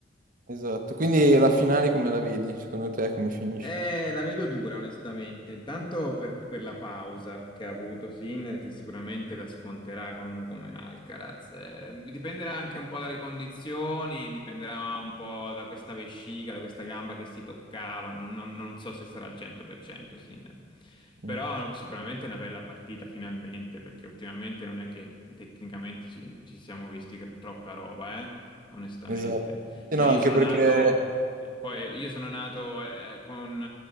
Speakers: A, on the right; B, on the left.
A: Esatto, quindi la finale come la vedi? Secondo te come finisce?
B: Eh, la vedo dura, onestamente. Intanto per, per la pausa che ha avuto Sinner, che sicuramente la sconterà con uno come Alcaraz. Eh, dipenderà anche un po' dalle condizioni, dipenderà un po' da questa vescica, da questa gamba che si toccava. Non, non- non so se sarà al 100% Sinner. Però
A: Mm.
B: sicuramente è una bella partita, finalmente, perché ultimamente non è che tecnicamente ci, ci siamo visti troppa roba, eh, onestamente.
A: Esatto. Sì,
B: Cioè,
A: no,
B: io
A: anche
B: sono
A: perché
B: nato. Eh, Poi io sono nato eh, eh, con